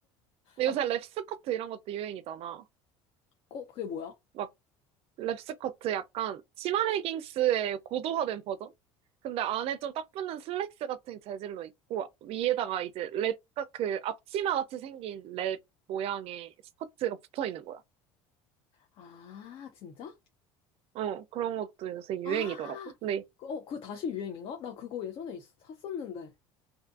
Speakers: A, on the right; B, on the left.
A: 근데
B: 아,
A: 요새
B: 그,
A: 랩 스커트 이런 것도 유행이잖아.
B: 어, 그게 뭐야?
A: 막 랩스커트 약간 치마 레깅스의 고도화된 버전? 근데 안에 좀 딱 붙는 슬랙스 같은 재질로 있고 위에다가 이제 랩, 딱 그 앞치마 같이 생긴 랩 모양의 스커트가 붙어 있는 거야.
B: 아, 진짜?
A: 어, 그런 것도 요새 유행이더라고.
B: 아,
A: 근데
B: 그, 어, 그거 다시 유행인가? 나 그거 예전에 있- 샀었는데.